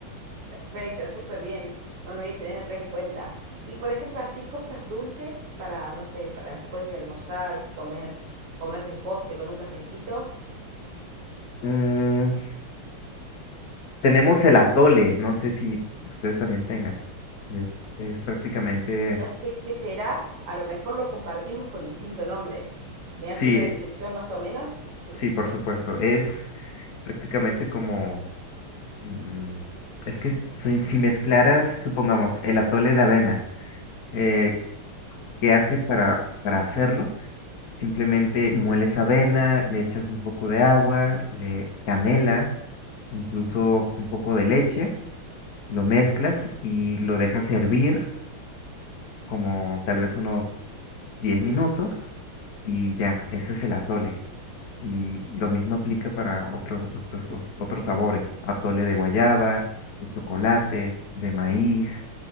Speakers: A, on the right; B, on the left.
A: Perfecto, súper bien. No lo voy a tener re en cuenta. Y por ejemplo, así cosas dulces para, no sé, para después de almorzar, comer, comer de postre con un cafecito.
B: Mm, tenemos el atole, no sé si ustedes también tengan. Es, es prácticamente,
A: No sé qué será, a lo mejor lo compartimos con distinto nombre. ¿Me
B: sí,
A: das una descripción más o menos? Sí.
B: sí, por supuesto. Es prácticamente como, mm, es que si, si mezclaras, supongamos, el atole de avena, eh, ¿qué hace para, para hacerlo? Simplemente mueles avena, le echas un poco de agua, le canela, incluso un poco de leche, lo mezclas y lo dejas hervir como tal vez unos 10 minutos y ya, ese es el atole. Y lo mismo aplica para otros otros, os- otros sabores, atole de guayaba, de chocolate, de maíz